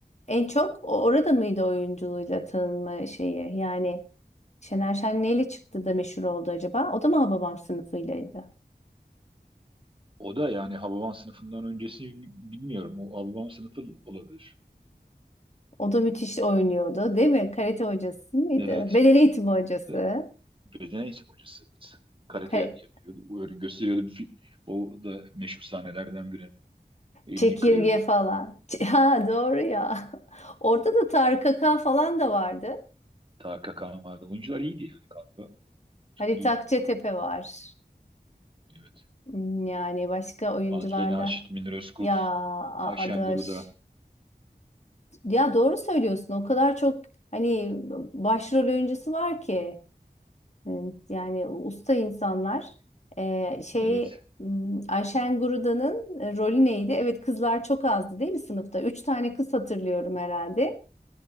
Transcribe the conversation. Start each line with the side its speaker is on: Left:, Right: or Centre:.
Left: en çok o- orada mıydı oyunculuğuyla tanınma şeyi? Yani Şener Şen neyle çıktı da meşhur oldu acaba? O da mı Hababam sınıfıylaydı?
Right: O da yani Hababam sınıfından öncesi bilmiyorum. O Hababam sınıfı olabilir.
Left: O da müthiş oynuyordu, değil mi? Karate hocası mıydı?
Right: Evet.
Left: Beden eğitimi hocası.
Right: E, Beden eğitim hocası. Evet. Karate
Left: Kare-
Right: yapıyordu. Öyle gösteriyordu. Bir fi- o da meşhur sahnelerden biri. Elini
Left: çekirge
Right: kırıyordu.
Left: falan. Ç- <laughs> Ha doğru ya. <laughs> Orada da Tarık Akan falan da vardı.
Right: Tarık Akan vardı. Oyuncular iyiydi yani galiba. Çok
Left: Halit
Right: iyiydi.
Left: Akçatepe var.
Right: Evet.
Left: Hmm, Yani başka oyuncularda.
Right: Adile Naşit, Münir Özkul,
Left: Ya A-
Right: Ayşen
Left: Adaş.
Right: Guruda.
Left: Ya doğru söylüyorsun. O kadar çok hani başrol oyuncusu var ki e, yani usta insanlar. Ee, şey
Right: Evet.
Left: m, Ayşen Guruda'nın e, rolü neydi? Evet kızlar çok azdı değil mi sınıfta? Üç tane kız hatırlıyorum herhalde.